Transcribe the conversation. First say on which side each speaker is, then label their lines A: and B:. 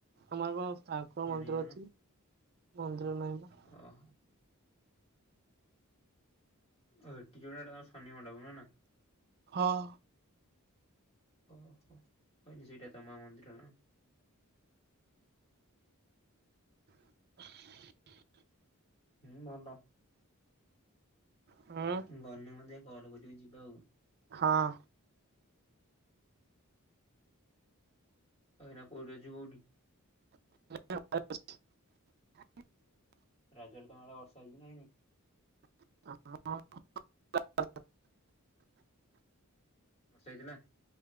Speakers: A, on the right; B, on the left.
A: ଆମର କଣ ଠାକୁର
B: ହୁଏନି
A: ମନ୍ଦିର
B: ନା କଣ?
A: ଅଛି। ହୁଁ ସେଟାରେ ନାଇ ଵା <inaudible>
B: ଓହୋ ଆଉ ଏଟି କଣ ଏଟା ତାଙ୍କ ଶନି ମଣ୍ଡପ ନୁହଁ ନା।
A: ହଁ
B: ଓହୋ ବାଟେ ସେଇଟା ତମ ମନ୍ଦିର ନା।
A: <inaudible>
B: ହୁଁ ଭଲ
A: ହୁଁ
B: ଗନି ମଧ୍ୟ କଲ କରିବି ଯିବା ଆଉ।
A: ହଁ।
B: ଏଇନା କୋଉଠି ଅଛୁ କୋଉଠି?
A: <unintelligible>
B: ରଜରେ ତମର ବର୍ଷା ହେଇଚି ନା ହେଇନି?
A: ହଁ <unintelligible>
B: ବର୍ଷା ହେଇଥିଲା?